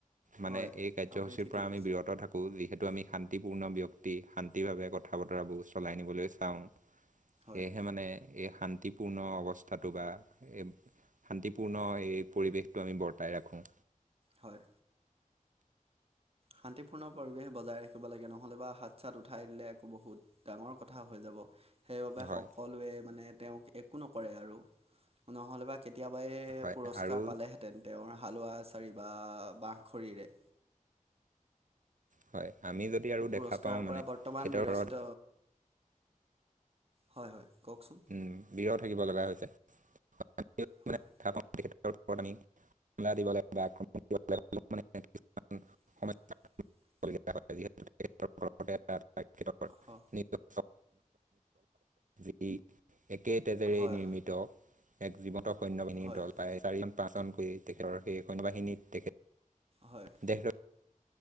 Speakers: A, on the right; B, on the right.
A: মানে
B: হয়,
A: এই কাৰ্যসূচীৰ
B: আপুনি ঠিকেই
A: পৰা
B: কৈছে
A: আমি বিৰত থাকোঁ, বি সেইটো আমি শান্তিপূৰ্ণ ব্যক্তি, শান্তিভাৱে কথা বতৰাবোৰ চলাই নিবলৈ চাওঁ।
B: হয়
A: সেয়েহে মানে এই শান্তিপূৰ্ণ অৱস্থাটো বা এই শান্তিপূৰ্ণ এই পৰিৱেশটো আমি বৰ্তাই ৰাখোঁ।
B: হয়। শান্তিপূৰ্ণ পৰিৱেশে বজাই ৰাখিব লাগে। নহ'লে বা হাত-চাত উঠাই দিলে আকৌ বহুত ডাঙৰ কথা হৈ যাব। সেইবাবে
A: হয়
B: সকলোৱে মানে তেওঁক একো নকৰে আৰু। নহ'লেবা কে তিয়াবাই
A: হয়
B: পুৰস্কাৰ
A: আৰু
B: পালেহেঁতেন। তেওঁৰ হালোৱা এচাৰি বা বাঁহ খৰিৰে।
A: হয়। আমি যদি
B: সেই
A: আৰু
B: পুৰস্কাৰৰ
A: দেখা পাওঁ
B: পৰা
A: মানে
B: বৰ্তমান
A: তেখেতৰ
B: বিৰচিত,
A: ঘৰত
B: হয় - হয়। কওকচোন
A: উম, বিৰত থাকিব লগা হৈছে। <unintelligible>
B: হয় <inaudible>
A: <unintelligible> <unintelligible>
B: হয়
A: ই একে তেজেৰে
B: হয়
A: নিৰ্মিত, এক জীৱন্ত সৈন্যবাহিনীৰ
B: হয়
A: দল প্ৰায় চাৰি পাচন কৰি তেখেতৰ সেই সৈন্য বাহিনীৰ তেখেত
B: হয়
A: দেহৰ